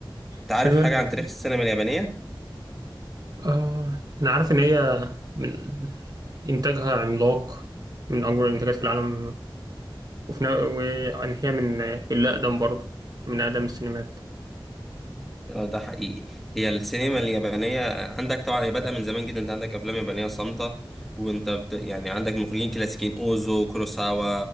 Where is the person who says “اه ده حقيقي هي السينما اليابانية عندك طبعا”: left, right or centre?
Centre